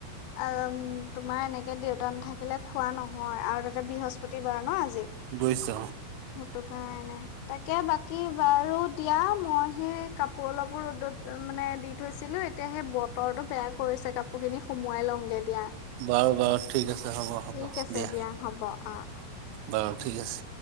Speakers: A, on the left; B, on the right.
A: আৰুম তোমাৰ এনেকে দেউতা নেথাকিলে খোৱা নহয় আৰু তাতে বৃহস্পতি বাৰ ন আজি।
B: গৈছে অ।
A: টো কাৰণে তাকে বাকী বাৰু দিয়া মই সেই কাপোৰ অলপো ৰ'দত মানে দি থৈছিলো এতিয়া সেই বতৰটো বেয়া কৰিছে কাপোৰ খিনি সুমোৱাই লওংগে দিয়া।
B: বাৰু, বাৰু ঠিক আছে হ'ব, হ'ব
A: ঠিক আছে
B: দিয়া
A: হ'ব অ অ
B: অ, ঠিক আছে।